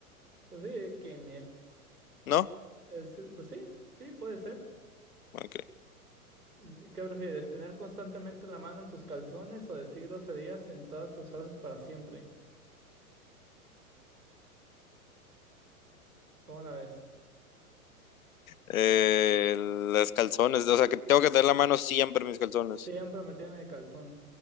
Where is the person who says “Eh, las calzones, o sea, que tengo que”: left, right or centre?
Left